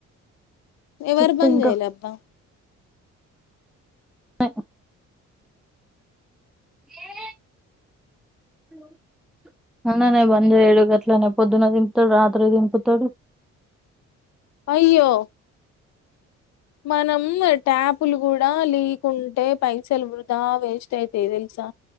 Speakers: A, on the left; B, in the centre.
A: ఎవరు
B: చెప్పు
A: బంద్
B: ఇంకా
A: చేయలే అక్కా?
B: అ <unintelligible> హ <unintelligible> హలో! అన్ననే బంద్ చేయడు గట్లనే పొద్దున దింపుతాడు రాత్రి దింపుతాడు.
A: అయ్యో! మనం ట్యాపులు కూడా లీక్ ఉంటే పైసలు వృధా వేస్ట్ అయితాయి తెలుసా?